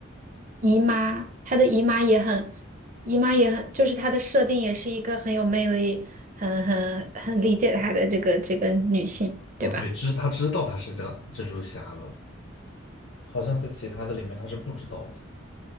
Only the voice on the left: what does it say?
哦，对，知他知道他是这样蜘蛛侠了。好像在其他的里面他是不知道的，